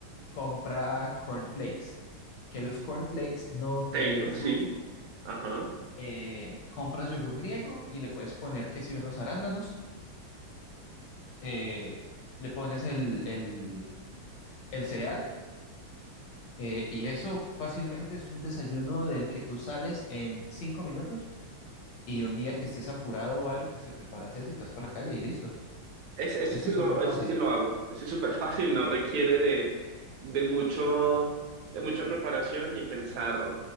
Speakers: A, on the left (about 70°); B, on the right (about 75°).
A: compra cornflakes, que los cornflakes no tienen
B: tengo,
A: azúcar.
B: sí. Ajá.
A: eh, compras yogur griego y le puedes poner que si unos arándanos, eh, le pones el, el- el cereal eh, y eso fácilmente es un desayuno del que tú sales en cinco minutos y un día que estés apurado o algo, pues te preparas eso y te vas para la calle y listo.
B: Ese, ese
A: Ese
B: sí
A: es
B: lo,
A: súper
B: ese
A: fácil,
B: sí lo hago. Ese es súper <laughs> fácil, no requiere de, de mucho, de mucha preparación ni pensar